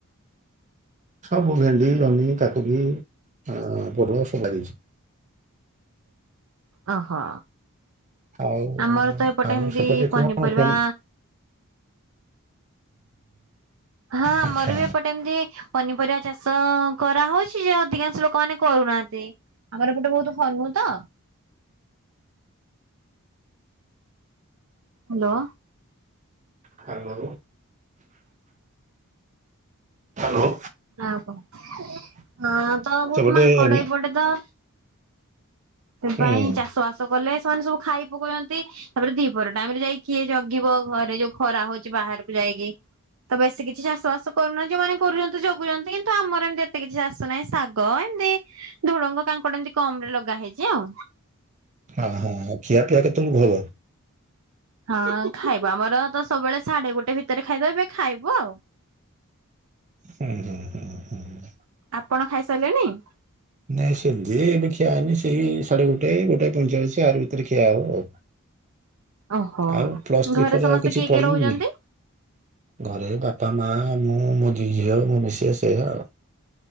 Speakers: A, on the right; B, on the right.
A: ସବୁ ଭେଣ୍ଡି ଜହ୍ନି କାକୁଡି ବି ପୋଟଲ ସବୁ ହେଇଚି।
B: ଅ ହୋ
A: ଆଉ
B: ଆମର ତ ଏପଟେ
A: ଆଉ
B: ଏମିତି
A: ସେପଟେ କଣ
B: ପନିପରିବା
A: କେମି-
B: ହଁ ଆମର
A: ଆଚ୍ଛା
B: ବି ଏପଟେ ଏମତି ପନିପରିବା ଚାଷ କରାହଉଛି ଯ ଅଧିକାଂଶ ଲୋକମା କରୁନାହାନ୍ତି ଆମର ଏପଟେ ବହୁତ ହନୁ ତ ହ୍ୟାଲୋ
A: ହ୍ୟାଲୋ ହ୍ୟାଲୋ
B: ଆଉ କଣ ହଁ ତ ବହୁତ
A: ସେପଟେ
B: ମାଙ୍କଡ
A: ହୁଁ
B: ଏପଟେ ତ ସେ
A: ହୁଁ
B: ପାଇଁ ଚାଷ ବାସ କଲେ ସେମାନେ ସବୁ ଖାଇ ପକଉଛନ୍ତି ତାପରେ ଦ୍ୱିପହର ଟାଇମ ରେ ଯାଇ କିଏ ଜଗିବ ଘରେ ଯୋଉ ଖରା ହଉଛି ବାହାରକୁ ଯାଇ ଇକି ତ ବେଶୀ କିଛି ଚାଷ ବାସ କରୁନ ଯୋଉମାନ କରୁଛନ୍ତି ଜଗୁଛନ୍ତି କିନ୍ତୁ ଆମର ଏମିତି ଏତେ କିଛି ଚାଷ ନାହିଁ ଶାଗ ଏମିତି ଝୁଡଙ୍ଗ କାଙ୍କଡ ଏମିତି କମ ଲଗା ହେଇଛି ଆଉ।
A: ହଁ ହଁ ଆଉ ଖିଆ ପିଆ କେତେ ବେଳକୁ ହବ?
B: ହଁ ଖାଇବ ଆମର ତ ସବୁବେଳେ ସାଢେ ଗୋଟେ ଭିତରେ ଖାଇଦବେ ଏବେ ଖାଇବ ଆଉ। <inaudible>
A: ହୁଁ ହୁଁ ହୁଁ ହୁଁ ହୁଁ
B: ଆପଣ ଖାଇସାରିଲେଣି?
A: ନାଇଁ ସେବେ ଏବେ ଖିଆ ହେଇନି ସେଇ ସାଢେ ଗୋଟେ ଗୋଟେ ପଇଁଚାଳିଶ ଆରି ଭିତରେ ଖିଆ ହବ ଆଉ।
B: ଓହୋ।
A: ଆଉ ପ୍ଲସ ଥ୍ରୀ
B: ଘରେ
A: ପରେ
B: ସମସ୍ତେ
A: ଆଉ କିଛି
B: କିଏ
A: ପଢିଲିନି
B: କିଏ ରହୁଛନ୍ତି?
A: ଘରେ ବାପା ମା ମୁଁ ମୋ ଦି ଝିଅ ମୋ ମିସେଶେ ସେଆ ଆଉ